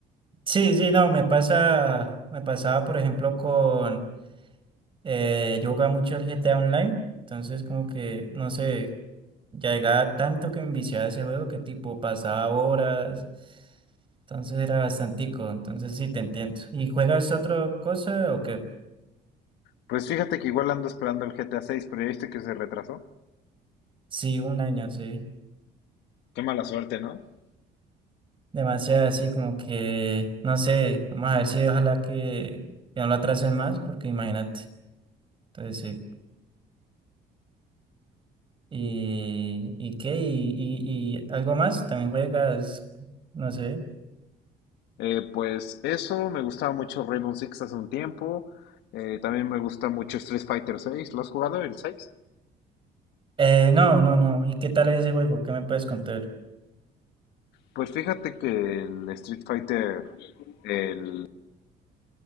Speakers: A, on the right; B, on the left.
A: Sí, sí, no, me pasa, me pasaba por ejemplo con... Eh, yo jugaba mucho el GTA Online, entonces como que, no sé, ya llegaba tanto que me viciaba ese juego que tipo pasaba horas, entonces era bastantico, entonces sí te entiendo. ¿Y juegas otra cosa o qué?
B: Pues fíjate que igual ando esperando el GTA seis, pero ya viste que se retrasó.
A: Sí, un año, sí.
B: Qué mala suerte, ¿no?
A: Demasiado así como que, no sé, vamos a ver si ojalá que, que no lo atrasen más, porque imagínate, entonces sí. ¿Y, y qué? ¿Y, y, y algo más? ¿También juegas? No sé.
B: Eh, pues eso, me gustaba mucho Rainbow Six hace un tiempo. Eh, también me gusta mucho Street Fighter seis. ¿Lo has jugado el seis?
A: Eh, no, no, no. ¿Y qué tal es ese juego? ¿Qué me puedes contar?
B: Pues fíjate que el Street Fighter, el,